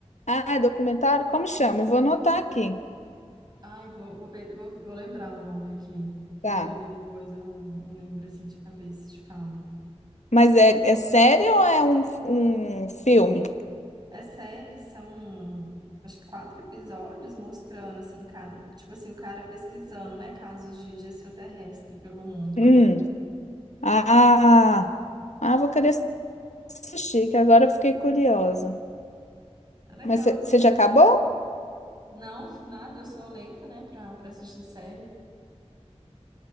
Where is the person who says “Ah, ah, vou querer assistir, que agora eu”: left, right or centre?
Left